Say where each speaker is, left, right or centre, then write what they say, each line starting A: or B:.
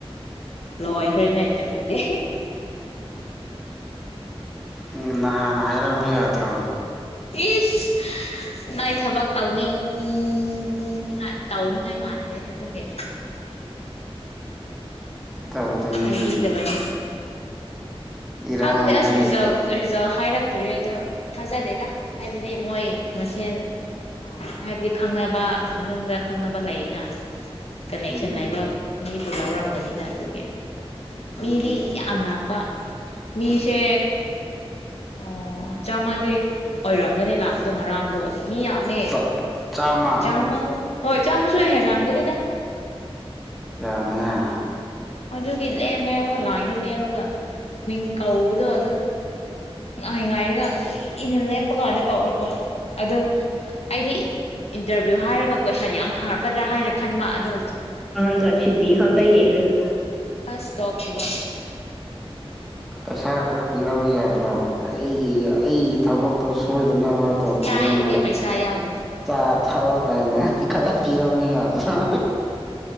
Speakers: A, on the left (about 85°); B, in the centre.
A: ꯂꯣꯏꯈ꯭ꯔꯦꯅ ꯏꯟꯇꯔꯚꯤꯌꯨꯗꯤ
B: ꯎꯝ ꯅꯍꯥꯟ ꯅ ꯍꯥꯏꯔꯝꯕ ꯌꯥꯗ꯭ꯔꯣ
A: ꯏꯁ ꯅꯣꯏ ꯊꯕꯛ ꯇꯧꯅꯤꯡꯉꯥꯏ ꯇꯧꯅꯤꯡꯉꯥꯏ ꯃꯥꯟꯗꯦ ꯑꯗꯨꯒꯤ
B: ꯇꯧꯗꯣꯏꯅꯤꯅꯦ
A: ꯍꯥꯏꯕꯤꯗꯕꯅꯤ
B: ꯏꯔꯥꯡ
A: ꯈꯪꯗꯦ ꯑꯁ
B: ꯀꯟꯕ
A: ꯔꯤꯖꯜ ꯔꯤꯖꯜ ꯍꯥꯏꯔꯛ꯫ ꯇ꯭ꯔꯤ ꯑꯗ ꯊꯥꯖꯗꯦꯗ ꯍꯥꯏꯕꯗꯤ ꯃꯣꯏ ꯃꯁꯦꯟ ꯍꯥꯏꯕꯗꯤ ꯈꯪꯅꯕ ꯃꯅꯨꯡꯗ ꯈꯪꯅꯕ ꯂꯩꯅ꯫ ꯀꯅꯦꯛꯁꯟ
B: ꯎꯝ
A: ꯂꯩꯕ ꯃꯤꯗꯨ ꯂꯧꯔꯝꯒꯅꯤꯗ ꯑꯗꯨꯗꯤ꯫ ꯫ ꯃꯤꯗꯤ
B: ꯎꯝ
A: ꯌꯥꯝꯅ ꯂꯥꯛ꯫ ꯄ꯫ ꯃꯤꯁꯦ꯫ ꯑꯣ ꯆꯥꯃꯗꯤ ꯑꯣꯏꯔꯝꯒꯅꯤ ꯂꯥꯛꯄꯗꯣ ꯉꯔꯥꯡꯗꯣ꯫ ꯃꯤꯌꯥꯝꯃꯦ
B: ꯆꯥ ꯆꯥꯝꯃ
A: ꯆꯥꯃ ꯍꯣꯏ꯫ ꯆꯥꯝꯃꯁꯨ ꯍꯦꯜ ꯂꯝꯒꯅꯤꯗ꯫
B: ꯌꯥꯝꯃ‌ꯦꯍ‌ꯦ꯫
A: ꯑꯗꯨꯒꯤ ꯂꯦꯞ ꯂꯦꯞꯃꯒ ꯂꯥꯏꯟꯗ ꯂꯦꯞꯄꯒ ꯃꯤꯡ ꯀꯧꯕꯗꯣ ꯑꯗꯨ ꯉꯥꯏ ꯉꯥꯏꯔꯒ ꯀꯨꯏꯅ ꯂꯦꯞꯄꯒꯗ ꯀꯧꯔꯛꯄ ꯑꯗꯨ ꯑꯩꯗꯤ ꯏꯟꯇꯔꯚꯤꯌꯨ ꯍꯥꯏꯔꯒ ꯀꯣꯏꯁꯟ ꯌꯥꯝ ꯍꯥꯡꯉꯛꯀꯗ꯭ꯔꯥ ꯍꯥꯏꯅ ꯈꯟꯕ ꯑꯗꯨ꯫
B: ꯆꯪꯔꯒ ꯁꯤꯕꯤ ꯈꯛꯇꯪ ꯌ‌ꯦꯡꯔꯒ꯫
A: ꯑꯁ ꯇꯣꯛꯁꯨꯕ꯫
B: ꯄꯩꯁꯥ ꯈꯔ ꯄꯤꯔꯝꯃ ꯌꯥꯗ꯭ꯔꯣ ꯑꯩꯒꯤ꯫ ꯑꯩꯒꯤ ꯊꯕꯛꯇꯣ ꯁꯣꯏꯗꯅꯕ ꯇꯧꯕꯤꯌꯣꯅꯦ
A: ꯀꯥꯏꯗꯒꯤ ꯄꯩꯁꯥ ꯌꯥꯎꯗꯦ
B: ꯆꯥ ꯊꯛꯑꯣ ꯀꯥꯏꯅ꯫ ꯈꯔ꯫ ꯄꯤꯔꯝꯕ ꯌꯥꯥꯗ꯭ꯔꫭ꯫